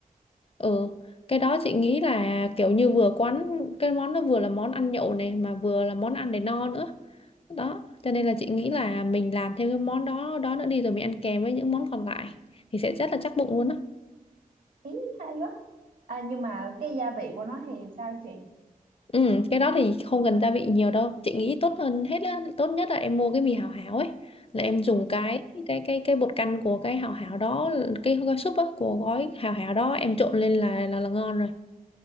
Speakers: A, on the left; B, on the right.
A: Ừ, cái đó chị nghĩ là kiểu như vừa quán cái món nó vừa là món ăn nhậu này mà vừa là món ăn để no nữa. Đó, cho nên là chị nghĩ là mình làm thêm cái món đó đó nữa đi rồi mình ăn kèm với những món còn lại thì sẽ rất là chắc bụng luôn á.
B: Ý hay quá à, Nhưng mà cái gia vị của nó thì sao chị
A: Ừ, cái đó thì không cần gia vị nhiều đâu. Chị nghĩ tốt hơn hết á, tốt nhất là em mua cái mì Hảo Hảo ấy, là em dùng cái
B: Dạ.
A: cái cái cái bột canh của cái Hảo Hảo đó, cái gói súp á, của gói Hảo Hảo đó em trộn lên là là, là ngon rồi.